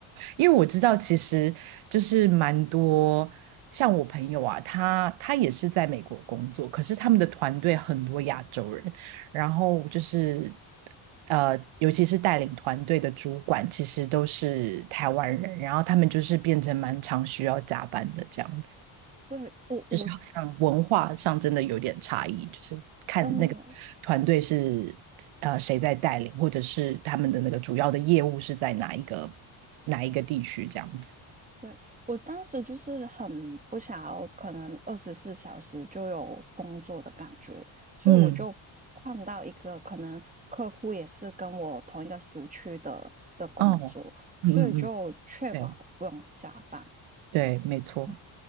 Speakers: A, on the right; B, on the right.
A: 因为我知道其实就是蛮多像我朋友啊，他他也是在美国工作，可是他们的团队很多亚洲人，然后就是呃，尤其是带领团队的主管，其实都是台湾人，然后他们就是变成蛮常需要加班的这样子。
B: 对，我我
A: 就是好像文化上真的有点差异，就是看那个团队是呃谁在带领，
B: 真的。
A: 或者是他们的那个主要的业务是在哪一个哪一个地区这样子。
B: 对，我当时就是很不想要，可能二十四小时就有工作的感觉，所以我就换到一个可能客户也是跟我同一个时区的的工作，
A: 嗯哦，
B: 所以就确保不用加班。
A: 嗯嗯嗯，对对，没错。
B: 嗯